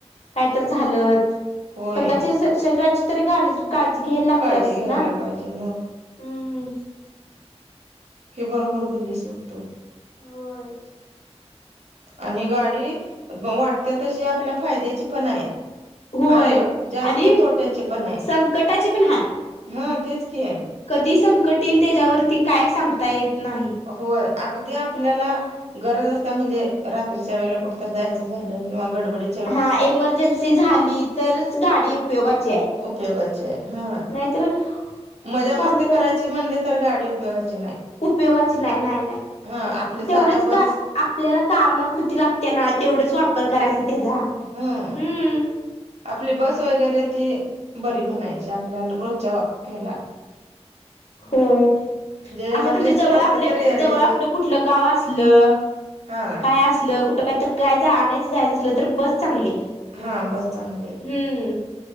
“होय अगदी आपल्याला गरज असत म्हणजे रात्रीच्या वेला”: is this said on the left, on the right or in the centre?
Right